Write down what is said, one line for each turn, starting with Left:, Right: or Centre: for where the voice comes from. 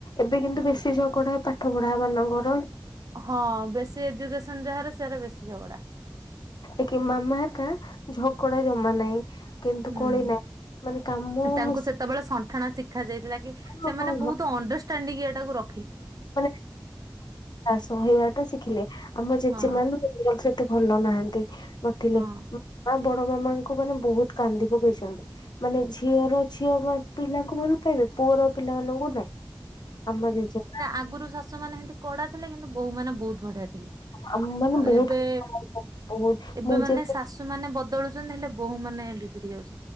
Left: ଏବେ କିନ୍ତୁ ବେଶି ଝଗଡ଼ା ପା ବୁଢ଼ାମାନଙ୍କର।
Right: ହଁ ବେଶୀ ଏଜୁକସନ୍ ଯାହାର ସେ ତାର ବେଶି ଝଗଡ଼ା।
Left: ଏକା ମାମା ହେରେକା ଝଗଡା ଜମା ନାହିଁ। କିନ୍ତୁ
Right: ହୁଁ
Left: କଳି ନାହିଁ। ମାନେ କାମ
Right: ତାଙ୍କୁ
Left: ମିଶି
Right: ସେତେବେଳେ ସଣ୍ଠଣା ସିଖାଯାଇଥିଲାକି
Left: ହଁ
Right: ସେମାନେ
Left: ହଁ
Right: ବହୁତ୍ ଅଣ୍ଡରଷ୍ଟା ଣ୍ଡିଙ୍ଗେଟେ ର
Left: ମାନେ ସହିବାଟା ଶିଖିଲେ ଆମ ଜେଜେ
Right: ହଁ
Left: ମାନଙ୍କୁ ଏତେ ଭଲ ନାହାନ୍ତି ବି ନଥିଲେ
Right: ହଁ
Left: ବଡ ମାମାଙ୍କୁ ମାନେ ବହୁତ କାନ୍ଦି ପକେଇଛନ୍ତି ମାନେ ଝିଅର ଝିଅ ପିଲାଙ୍କୁ ଭଲ ପାଇବେ ପୁଅର ପିଲାମାନଙ୍କୁ ନାଇଁ ଆମ ଜେଜେ
Right: ଆଗୁରୁ ଶାଶୁମାନେ ସେ କଡା ଥିଲେ କିନ୍ତୁ ବୋହୂ ମାନେ ବହୁତ୍ ବଢିଆ ଥିଲେ
Left: ଆମ ମାନେ ବହୁତ
Right: ଏବେ
Left: ବହୁତ
Right: ଏବେ
Left: ମୋ ଜେଜେ
Right: ଶାଶୁମାନେ ବଦଳୁଛ କିନ୍ତୁ ହେଲେ ବୋହୁ ମାନେ ବିଗିଡ଼ି ଯାଉଛ